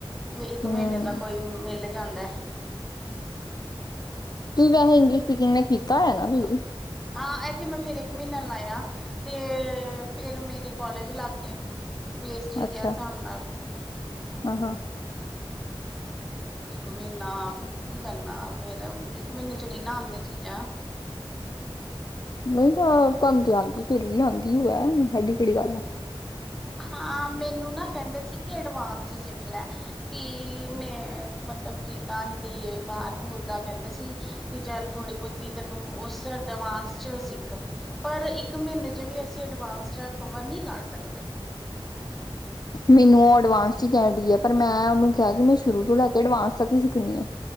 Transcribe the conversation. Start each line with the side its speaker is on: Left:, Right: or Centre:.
Centre: ਜੇ ਇੱਕ
Left: ਹਮ
Centre: ਮਹੀਨੇ ਦਾ ਕੋਈ ਮੇਲੇ ਜਾਂਦਾ ਏ।
Left: ਤੂੰ ਵੀ ਆ ਇੰਗਲਿਸ਼ ਸਪੀਕਿੰਗ ਨੀ ਕੀ- <unintelligible> ਤਾ, ਹੈਨਾ, ਬੀ
Centre: ਹਾਂ, ਇੱਥੇ ਮੈਂ ਫੇਰ ਇੱਕ ਮਹੀਨਾ ਲਾਇਆ ਤੇ, ਫੇਰ ਮੇਰੇ ਕੌਲੇਜ ਲਾਗ ਗਏ। ਵੇਸਟ ਹੀ
Left: ਅੱਛਾ
Centre: ਗਿਆ ਹਸਾਬ ਨਾਲ
Left: ਹਾਂ ਹਾਂ
Centre: ਇੱਕ ਮਹੀਨਾ ਕੀ ਕਰਨਾ, ਫੇਰ ਇੱਕ ਮਹੀਨੇ'ਚ ਨਹੀਂ ਨਾ ਆਂਦੀਆਂ ਚੀਜ਼ਾਂ।
Left: ਨਹੀਂ ਤਾਂ, ਤੁਹਾਨ ਤੇ ਆਉਂਦੀ ਫਿਰ ਵੀ, ਆਉਂਦੀ ਹੋ, ਐਡੀ ਕਿਹੜੀ ਗੱਲ
Centre: ਹਾਂ, ਮੈਨੂੰ ਨਾ ਕਹਿੰਦੇ ਸੀ ਕਿ, ਅਡਵਾਂਸ'ਚ ਸਿੱਖ ਲੈ, ਕਿ ਮੈਂ' ਮਤਲਬ ਜਿੱਦਾਂ ਹੀ ਬਾਹਰ-ਬੁਰ ਦਾ ਕਹਿੰਦੇ ਸੀ, ਕਿ ਚੱਲ ਥੋੜ੍ਹੀ ਬਹੁਤੀ ਤੈਨੂੰ ਉਸ ਐਡਵਾਂਸ'ਚ ਸਿੱਖ, ਪਰ ਇੱਕ ਮਹੀਨੇ'ਚ ਵੀ ਅਸੀਂ, ਅਡਵਾਂਸ'ਚ ਕਵਰ ਨਹੀਂ ਕਰ ਸਕਦੇ।
Left: ਮੈਨੂੰ ਐਡਵਾਂਸ ੱਚੀ ਕਹਿ ਡਦੀ ਹੈ ਪਰ, ਮੈਂ ਉਹਨੂੰ ਕਿਹਾ ਕਿ, ਮੈਂ ਸ਼ੁਰੂ ਤੋਂ ਲੈਕੇ ਐਡਵਾਂਸ ਤੱਕ ਹੀ ਸਿੱਖਣੀ ਏ।